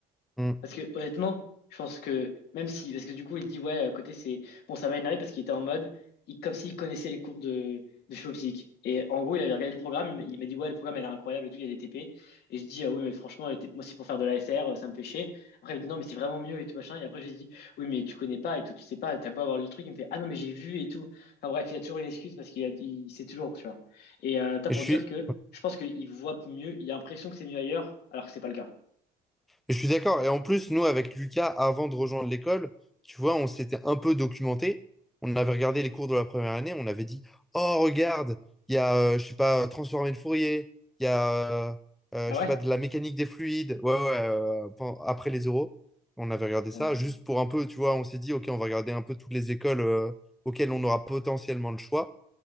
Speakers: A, in the centre; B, on the left (about 75°).
A: Mm.
B: Parce que honnêtement, je pense que même si, parce que du coup, il dit ouais, à côté c'est bon, ça m'a énervé parce qu'il était en mode, il, comme s'il connaissait les cours de de philo psych. Et en gros, il avait regardé le programme, il m'a il m'a dit ouais, le programme elle est incroyable et tout, il y a des TP. Et je dis ah oui, mais franchement, les TP moi c'est pour faire de la l'ASR, ça me fait chier. Après il me dit non, mais c'est vraiment mieux et tout machin. Et après je lui dis oui, mais tu connais pas et tout, tu sais pas, t'as beau avoir lu le truc, il me fait ah non, mais j'ai vu et tout. Enfin bref, il a toujours une excuse parce qu'il a, il sait toujours, tu vois. Et euh, t'as
A: Et
B: pour
A: je suis...
B: dire que je pense qu'il voit mieux, il a l'impression que c'est mieux ailleurs, alors que c'est pas le cas.
A: Je suis d'accord. Et en plus, nous, avec Lucas, avant de rejoindre l'école, tu vois, on s'était un peu documenté. On avait regardé les cours de la première année. On avait dit, oh, regarde, il y a, euh, je sais pas, euh, transformer de Fourier. Il y a, euh, euh,
B: Ah
A: je
B: ouais?
A: sais pas, de la mécanique des fluides. Ouais, ouais, euh, pen- après les euros. On avait regardé
B: Putain.
A: ça juste pour un peu, tu vois, on s'est dit, OK, on va regarder un peu toutes les écoles euh, auxquelles on aura potentiellement le choix.